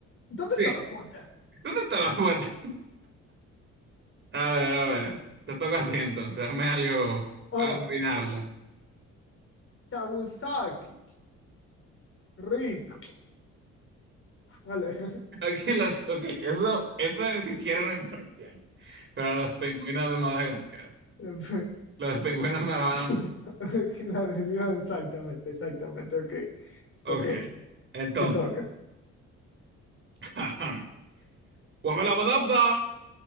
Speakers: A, on the left; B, on the right.
A: ¿dónde está
B: Sí.
A: la puerta?
B: ¿Dónde está la puerta? A ver, a ver, te toca a ti entonces, dame algo
A: Oh,
B: para adivinarla.
A: Kawasaki. Rico. Vale. <laughs>
B: Aquí los, ok, eso, eso ni siquiera era una impresión. Pero los pingüinos de Madagascar,
A: La-
B: los pingüinos me la van
A: <laughs>
B: a...
A: Exactamente, exactamente. Ok,
B: Ok,
A: ok.
B: entonces.
A: Te toca.
B: <laughs> Guabalabadabda.